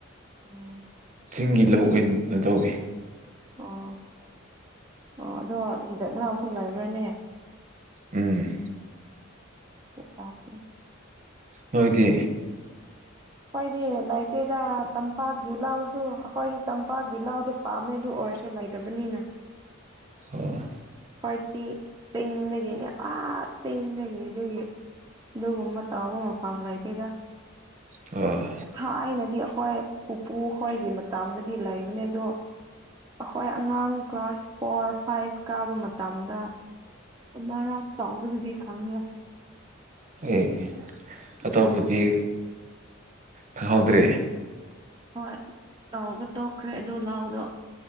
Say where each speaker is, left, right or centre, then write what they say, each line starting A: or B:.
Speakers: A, on the right; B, on the right.
A: ꯎꯝ
B: ꯆꯤꯡꯒꯤ ꯂꯧ ꯑꯣꯏꯅ ꯇꯧꯏꯤ
A: ꯑꯣ ꯑꯣ ꯑꯗꯣꯗ ꯏꯅꯥꯎꯁꯨ ꯂꯩꯕ꯭ꯔꯥꯅꯦ
B: ꯎꯝ
A: ꯆꯇꯥꯁ
B: ꯅꯣꯏꯗꯤ
A: ꯑꯩꯏꯗꯤ ꯂꯩꯥꯏꯇꯦꯗ ꯇꯝꯄꯥꯛꯒꯤ ꯂꯥꯎꯁꯨ ꯑꯩꯈꯣꯏꯗꯤ ꯇꯝꯄꯥꯛꯀꯤ ꯂꯥꯎꯗꯣ ꯄꯥꯝꯃꯦ ꯑꯗꯨ ꯑꯣꯏꯔꯁꯨ ꯂꯩꯇꯕꯅꯤꯅ
B: ꯑꯣ
A: ꯑꯩꯈꯣꯢꯗꯤ ꯆꯤꯡꯗꯒꯤꯅꯦ ꯆꯤꯡꯗꯒꯤ ꯑꯗꯨꯒꯤ ꯑꯗꯨꯒꯨꯝꯕ ꯇꯧꯕ ꯃꯐꯝꯂꯩꯇꯦꯗ
B: ꯑꯣ
A: ꯊꯥꯏꯅꯗꯤ ꯑꯩꯈꯣꯏ ꯄꯨꯄꯨꯈꯣꯏꯒꯤ ꯃꯇꯥꯡꯒꯗꯤ ꯂꯩꯕꯅꯦ ꯑꯗꯣ ꯑꯩꯈꯣꯏ ꯑꯉꯥꯡ ꯀ꯭ꯂꯥꯁ ꯐꯣꯔ ꯐꯥꯏꯚ ꯀꯥꯕ ꯃꯇꯝꯗ ꯃꯔꯥꯛ ꯆꯥꯎꯕꯗꯨꯗꯤ ꯈꯡꯢ
B: ꯑꯦ ꯑꯇꯣꯞꯄꯗꯤ
A: ꯑꯗꯣ
B: ꯈꯪꯍꯧꯗ꯭ꯔꯦ
A: ꯍꯣꯏ ꯇꯧꯕ ꯇꯣꯛꯈ꯭ꯔꯦ ꯑꯗ ꯂꯥꯎꯗꯣ